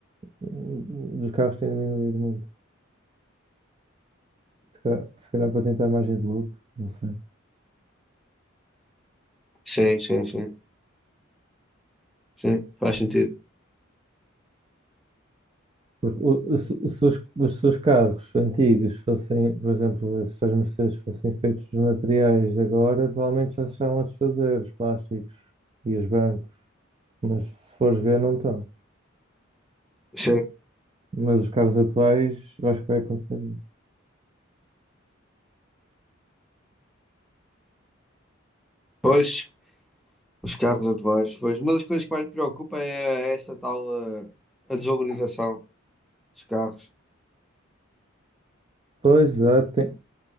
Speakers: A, on the right (about 30°); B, in the centre.
A: hum, dos carros tem diminuído muito. Se calhar, se calhar para tentar margem de lucro, não sei.
B: Sim, sim, sim, sim, faz sentido.
A: Porque o- o- se os, seus- os seus carros antigos fossem, por exemplo, esses tais Mercedes fossem feitos dos materiais de agora, provavelmente já se estavam a desfazer os plásticos e os bancos. Mas se fores ver, não estão.
B: Sim,
A: Mas os carros atuais, eu acho que vai acontecer isso.
B: pois. Os carros atuais, pois. Uma das coisas que mais me preocupa é é essa tal eh, a, desvalorização dos carros.
A: Pois, já tem...